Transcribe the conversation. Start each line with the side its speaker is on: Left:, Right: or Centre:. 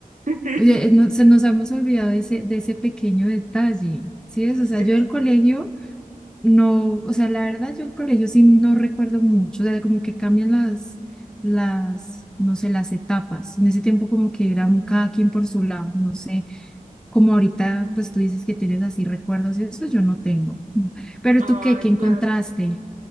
Right: <laughs>
Centre: Oye, eh, no- se nos hemos olvidado de ese, de ese pequeño detalle, ¿sí es?
Right: Sí,
Centre: O sea, yo del colegio No, o sea, la verdad yo el colegio sí no recuerdo mucho, o sea, como que cambian las, las, no sé, las etapas. En ese tiempo como que eran cada quien por su lado, no sé, como ahorita pues tú dices que tienes así recuerdos y eso yo no tengo. Mm. Pero
Right: Ah,
Centre: tú qué, ¿qué encontraste?
Right: claro.